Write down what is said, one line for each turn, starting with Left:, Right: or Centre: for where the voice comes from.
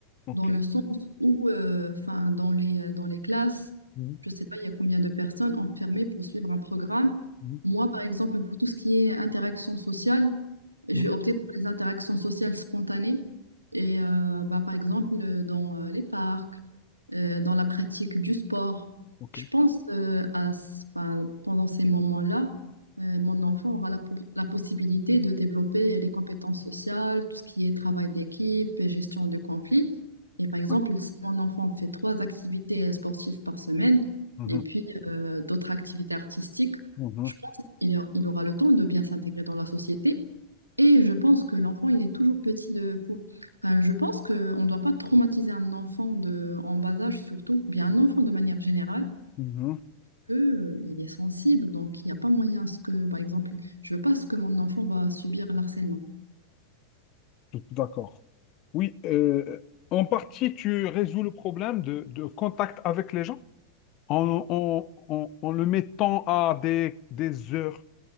Left: OK.
Right: dans le sens où, euh, enfin, dans les, euh, dans les classes,
Left: Mhm,
Right: je ne sais pas, il y a combien de personnes enfermées pour suivre un programme.
Left: mhm,
Right: Moi, par exemple, pour tout ce qui est interaction sociale, je
Left: mhm,
Right: vais opter pour les interactions sociales spontanées. Et euh, bah, par exemple, euh, dans euh, les parcs, euh, dans la pratique du sport,
Left: OK.
Right: je pense euh, à, 'fin, pendant ces moments-là euh, mon enfant aura la, po- la possibilité de développer euh, les compétences sociales, tout ce qui est travail d'équipe, et gestion de conflits. Et par exemple,
Left: Oui.
Right: si mon enfant fait trois activités euh, sportives par semaine
Left: Mhm,
Right: et puis euh, d'autres activités artistiques,
Left: mhm,
Right: je pense qu'il a- il aura le temps de bien s'intégrer dans la société. Et je pense que l'enfant, il est toujours petit de pour. Enfin, je pense qu'on ne doit pas traumatiser un enfant de, en bas âge surtout, bien un enfant de manière générale
Left: mhm.
Right: que, euh, il est sensible, donc il n'y a pas moyen à ce que, par exemple, je veux pas ce que mon enfant va subir l'harcèlement.
Left: Tout- tout D'accord. Oui, euh, en partie, tu résous le problème de, de contact avec les gens en, en- en- en le mettant à des, des heures